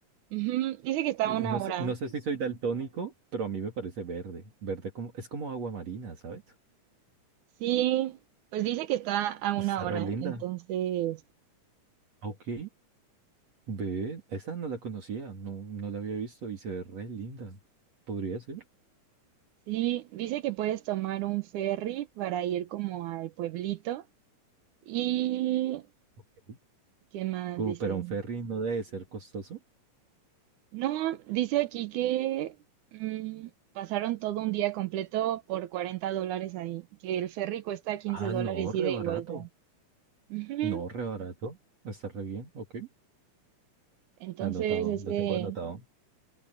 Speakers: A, on the right; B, on the right.
A: ujú, dice que está
B: Eh,
A: a una
B: No sé,
A: hora.
B: no sé si soy daltónico, pero a mí me parece verde. Verde como, es como agua marina, ¿sabes?
A: Sí, pues dice que está a una
B: Está
A: hora,
B: re linda.
A: entonces
B: Ah, Ok, ve, esa no la conocía, no, no la había visto y se ve re linda. Podría ser.
A: sí, dice que puedes tomar un ferry para ir como al pueblito. ¿Y
B: Ok.
A: qué más
B: Uh,
A: dice?
B: pero un ferry no debe ser costoso.
A: No, dice aquí que mm, pasaron todo un día completo por 40 dólares ahí, que el ferry cuesta 15
B: Ah,
A: dólares
B: no, re
A: ida
B: barato.
A: y vuelta. Ujú.
B: No, re barato. Está re bien, ok.
A: Entonces,
B: Anotado,
A: ese,
B: lo tengo anotado.